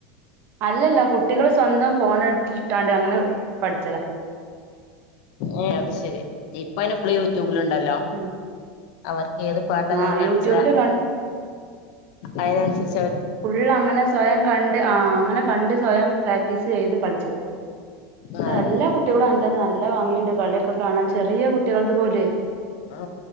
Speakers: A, on the right; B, on the left.
A: അല്ലല്ല കുട്ടികള് സ്വന്തം ഫോണ് ട്ടാണ്ട് അങ്ങനെ പടിചതാ
B: ഏ അത്ശരി ഇപ്പൈന് പ്പളും യൂറ്റൂബിലണ്ടാ
A: ഉം
B: അവർ ഏത് പാട്ടാന്ന്
A: ആഹ്
B: അടിച്ച
A: യൂട്യൂബില്
B: അയിനൻസരി
A: ഫുൾ അങ്ങനെ സ്വയം കണ്ട് ആ അങ്ങനെ കണ്ട് സ്വയം പ്രാക്ടീസ് ചെയ്ത് കളി ച്ചതാ
B: ആ
A: എല്ലാ കുട്ടികളും അങ്ങനെ തന്നെ കാണി ഇന്നലെ വാങ്ങിയിണ്ട് കളിയൊക്കെ കാണാൻ ചെറിയ കുട്ടികൾത് പോലു
B: ആ